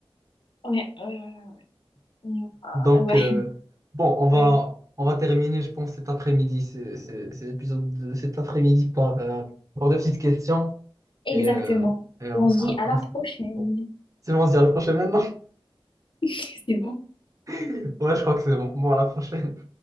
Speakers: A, on the left; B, on the right.
A: ouais, ouais, ouais, ouais. Ah,
B: Donc,
A: ouais,
B: euh, bon, on va,
A: ouais,
B: on va terminer, je pense, cet après-midi, c'est, c'est- cet épisode de cet après-midi par, euh, par deux petites questions.
A: exactement.
B: Et, euh, et on
A: On
B: sera.
A: se dit à
B: on
A: la
B: sera-
A: prochaine.
B: C'est bon, on se dit à la prochaine maintenant?
A: <laughs> C'est bon.
B: <laughs> Ouais, je crois que c'est bon. Bon, à la prochaine.